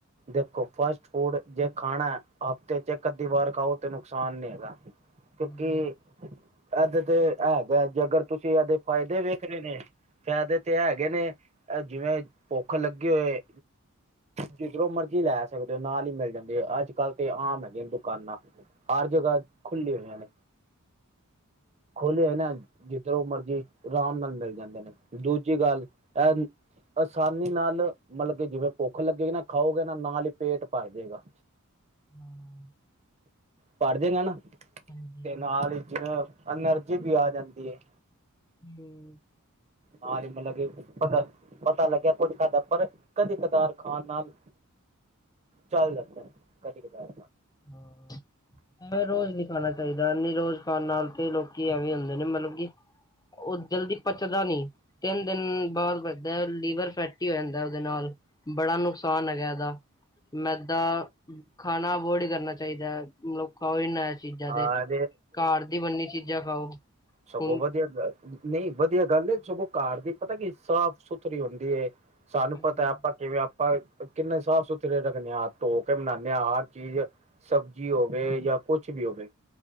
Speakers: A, on the right; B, on the left.
A: ਦੇਖੋ, ਫਾਸਟ ਫੂਡ ਜੇ ਖਾਣਾ ਹਫ਼ਤੇ ਚ ਇੱਕ ਅੱਧੀ ਵਾਰ ਖਾਓ, ਤੇ ਨੁਕਸਾਨ ਨੀ ਹੈਗਾ।
B: <unintelligible>
A: ਕਿਉਂਕਿ ਇਹਦੇ ਤੇ ਹੈਗਾ ਜੇ ਅਗਰ ਤੁਸੀਂ ਇਹਦੇ ਫਾਇਦੇ ਵੇਖ ਰ ਨੇ। ਫਾਇਦੇ ਤੇ ਹੈਗੇ ਨੇ ਜਿਵੇਂ, ਭੁੱਖ ਲੱਗੀ ਹੋਏ ਜਿਧਰੋਂ ਮਰਜੀ ਲੈ ਸਕਦੇ ਹੋ, ਨਾਲ ਹੀ ਮਿਲ ਜਾਂਦੀ ਹੈ, ਅੱਜ ਕੱਲ੍ਹ ਤੇ ਆਮ ਹੈਗੇ ਨੇ ਦੁਕਾਨਾਂ। ਹਰ ਜਗ੍ਹਾ ਖੁੱਲ ਹੋਇਆ ਨੇ। ਖੋਲੇ ਹੈ ਨਾ। ਜਿੱਧਰ ਉਹ ਮਰਜ਼ੀ ਆਰਾਮ ਨਾਲ ਮਿਲ ਜਾਂਦੇ ਨੇ, ਦੂਜੀ ਗੱਲ ਇਹ ਆਸਾਨੀ ਨਾਲ, ਮਤਲਬ ਕਿ ਜਿਵੇਂ ਭੁੱਖ ਲੱਗੇਗੀ ਨਾ, ਖਾਓਗੇ ਨਾ ਨਾਲ ਹੀ ਨਾ ਪੇਟ ਭਰ ਜਾਵੇਗਾ।
B: ਹਾਂ
A: ਪੜ੍ਹਦੇ ਹਨ ਨਾ,
B: ਹਾਂਜੀ
A: ਤੇ ਨਾਲ ਹੀ ਜਿਵੇਂ ਅਨਰਜੀ ਵੀ ਆ ਜਾਂਦੀ ਹੈ।
B: ਹਮ
A: ਹਾਰੀ ਮਤਲਬ। ਕਿ ਪਤਾ ਲੱਗਿਆ ਕੁਝ ਕਰਦਾ। ਪਰ ਕਦੇ ਕਦਾਰ ਖਾਨ ਨਾਲ। ਚੱਲ ਜਾਦਾ, ਕਦੀ ਕਦਾਰ
B: ਹਾਂ। ਐਵੇਂ ਰੋਜ਼ ਨੀ ਖਾਣਾ ਚਾਹੀਦਾ, ਨੀ ਰੋਜ਼ ਖਾਣ ਨਾਲ ਤੇ ਲੋਕੀ ਐਵੇਂ ਹੁੰਦੇ ਨੇ ਮਤਲਬ ਕਿ ਉਹ ਜਲਦੀ ਪਚਦਾ ਨੀ, ਤਿੰਨ ਦਿਨ ਬਾਅਦ ਪਚਦਾ, ਲੀਵਰ ਫੈਟੀ ਹੋ ਜਾਂਦਾ। ਉਹਦੇ ਨਾਲ ਬੜਾ ਨੁਕਸਾਨ ਹੈਗਾ ਇਹਦਾ, ਮੈਂਦਾ ਖਾਣਾ ਬੜੀ ਕਰਨਾ ਚਾਹੀਦਾ, ਮਤਲਬ ਖਾਓ ਹੀ ਨਾ ਏ ਚੀਜ਼ਾਂ
A: ਹਾਂ
B: ਤੇ ਘਰ ਦੀ ਬੰਨੀ ਚੀਜ਼ਾਂ ਖਾਓ।
A: ਸੱਗੋ
B: ਹੁਣ
A: ਵਧੀਆ ਹੈ ਨਹੀਂ ਵਧੀਆ ਗੱਲ ਏ, ਸਗੋਂ ਘਰ ਦੀ ਪਤਾ ਕੀ ਸਾਫ਼ ਸੁਥਰੀ ਹੁੰਦੀ ਹੈ। ਸਾਨੂੰ
B: ਹਾਂਜੀ
A: ਪਤਾ, ਆਪਾਂ ਕਿਵੇਂ ਆਪ ਆਪਾਂ ਕਿੰਨੇ ਸਾਫ਼ ਸੁਥਰੇ ਰੱਖਦੇ ਹਾਂ, ਹਾਥ ਧੋ ਕੇ ਬਨਾਦੇ ਹਾਂ ਹਰ ਚੀਜ਼, ਜਿਵੇਂ ਸਬਜ਼ੀ ਹੋਵੇ ਜਾਂ ਕੁਛ ਵੀ ਹੋਵੇ,